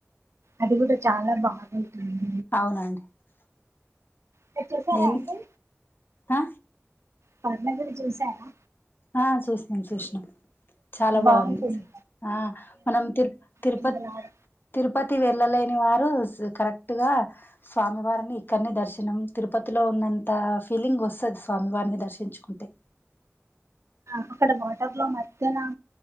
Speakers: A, on the right; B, on the left.
A: అది కూడా చాలా బాగుంటుంది
B: అవునండి
A: మీరు చూసారా
B: ఏం-
A: అండి
B: ఆ?
A: పండగని చూసారా
B: ఆ చేసినాం చేసినాం చాలా బాగుంది
A: బాగుంటుంది
B: స ఆ మనం తిరు తిరుపతి
A: పిల్లలు ఆడ
B: తిరుపతి వె ల్లలేని వారు కరెక్ట్ గా స్వామివారిని ఇక్కడనే దర్శనం తిరుపతిలో ఉన్నంత ఆ ఫీలింగ్ వస్తది స్వామి వారిని దర్శించుకుంటే
A: అక్కడ వాటర్ లో మధ్యానం